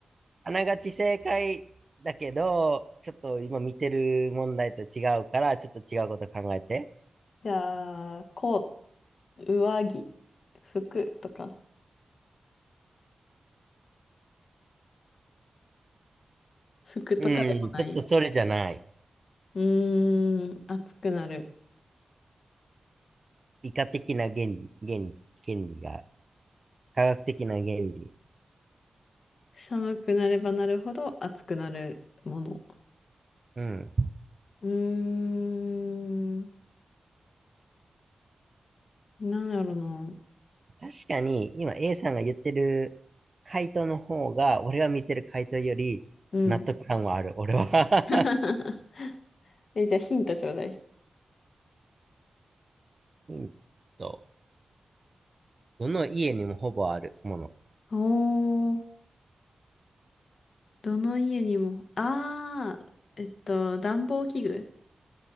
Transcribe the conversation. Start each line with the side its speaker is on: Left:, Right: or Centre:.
Right: あながち正解だけど、ちょっと今見てる問題と違うから、ちょっと違うこと考えて。
Left: じゃあ、コート、上着、服とか。服とかでもない。
Right: うん、ちょっとそれじゃない。
Left: うーん、暑くなる。
Right: 理科的な原理、原理、原理が、科学的な原理。
Left: 寒くなればなるほど暑くなるもの。
Right: うん。
Left: うーん、なんやろな。
Right: 確かに、今 A さんが言ってる回答の方が、俺が見てる回答より納得感はある、
Left: うん。
Right: 俺は。
Left: <laughs> え、じゃあヒントちょうだい。
Right: <laughs> ヒント。どの家にもほぼあるもの。
Left: おー。どの家にも、ああ、えっと、暖房器具